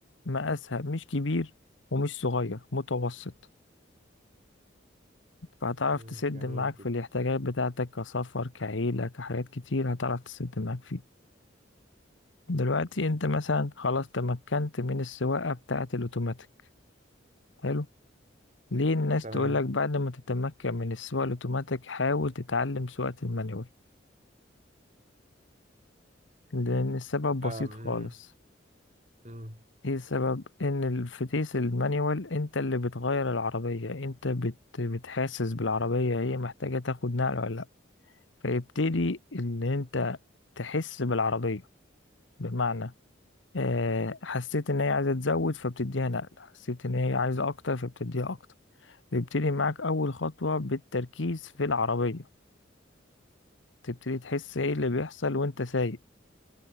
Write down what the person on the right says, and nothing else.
امم
جميل
جدا
تمام
امم
امم